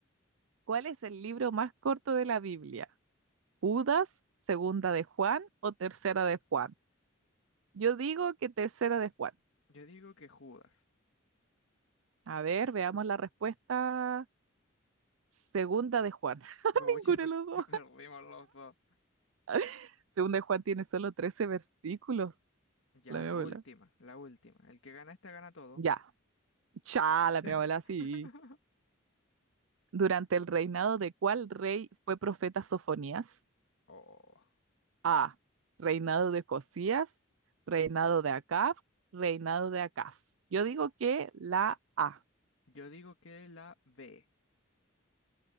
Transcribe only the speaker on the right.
¿Cuál es el libro más corto de la Biblia? Judas, segunda de Juan o tercera de Juan. Yo digo que tercera de Juan.
A ver, veamos la respuesta. Segunda de Juan. <laughs>
Ninguno
de los dos.
<laughs> Segunda de Juan tiene solo 13 versículos.
La mi
abuela.
Ya. Cha, la
mi abuela, sí. ¿Durante el reinado de cuál rey fue profeta Sofonías?
A. Reinado de Josías. Reinado de Acab. Reinado de Acaz. Yo digo que la A.